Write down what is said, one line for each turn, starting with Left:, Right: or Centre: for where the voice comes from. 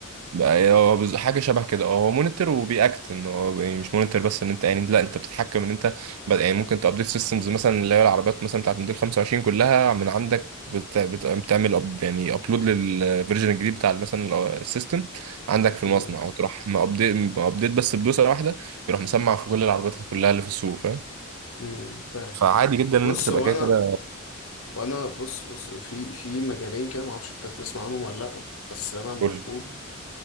Right: بقى إيه، هو بز- حاجه شبه كده اه هو مونيتور وبيأكت انه هو يعني مش مونيتور بس ان انت يعني لا انت بتتحكم ان انت ب- يعني ممكن تابديت سيستمز مثلا اللي هي العربيات مثلا بتاعت موديل 25 كلها من عندك بت... بت... بتعمل أب... يعني ابلود للفيرجن الجديد بتاع مثلا ال- السيستم عندك في
Left: مم.
Right: المصنع وتروح مأبديت مأبديت بس بدوسه واحده يروح مسمع في كل العربيات كلها اللي في السوق فاهم
Left: مم. فاهم
Right: فعادي جدا ان
Left: بص
Right: انت تبقى
Left: هو
Right: كده
Left: انا
Right: كده
Left: وانا بص بص في في مجالين كده معرفش انت هتسمع عنهم ولا لأ بس انا المفروض
Right: كل